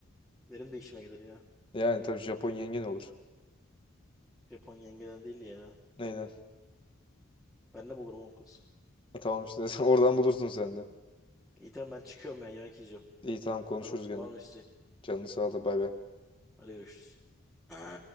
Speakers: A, in the centre; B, on the left.
A: <clears throat> Benim de işime gelir ya.
B: Yani tabii Japon yengen olur.
A: Japon yengeden değil ya.
B: Neyden?
A: Ben ne bulurum oğlum kız.
B: E, tamam işte <laughs> oradan bulursun sen de.
A: İyi tamam ben çıkıyorum ya yemek yiyeceğim.
B: İyi tamam konuşuruz
A: Var,
B: gene.
A: var mı isteğin?
B: Canını sağ ol da bay bay.
A: Hadi görüşürüz. <clears throat>